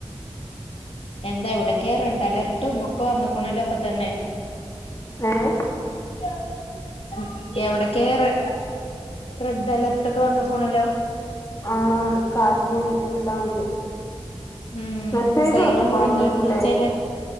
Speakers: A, on the left; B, on the left.
A: എന്താ ഇവി <unintelligible> അലർട്ടും ഒക്കൊ വന്ന്ക്ക്ണല്ലോ ഇപ്പൊ തന്നെ
B: ഏഹ്
A: <unintelligible> എവിടെക്കേ റെ റെഡ് അലർട്ടൊക്കെ വന്ന് <unintelligible>
B: ആ കാറ്റും ല്ലാം ഉണ്ട്
A: ഉം
B: മെസ്സേജ്
A: സൈറം
B: വന്നു
A: മൊഴങ്ങി
B: ഫോണിലല്ലേ
A: ന്ന് ചെല